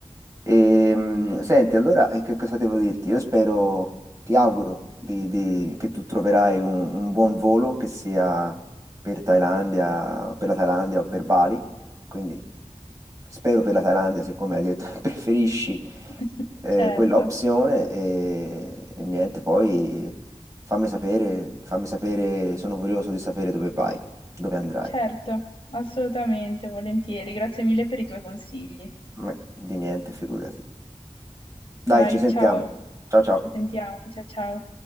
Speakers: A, on the right; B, on the left.
A: Ehm, senti, allora, e che cosa devo dirti? Io spero, ti auguro di- di- che tu troverai un, un buon volo, che sia per Thailandia, per la Thailandia o per Bali. Quindi spero per la Thailandia, siccome hai detto <laughs> che preferisci
B: <laughs>
A: eh,
B: Certo,
A: quella opzione. E, e niente, poi fammi sapere, fammi sapere, sono curioso di sapere dove vai, dove andrai.
B: certo, assolutamente, volentieri. Grazie mille per i tuoi consigli.
A: Ma Di niente, figurati. Dai,
B: Dai,
A: ci sentiamo.
B: ciao,
A: Ciao ciao.
B: ci sentiamo, ciao ciao.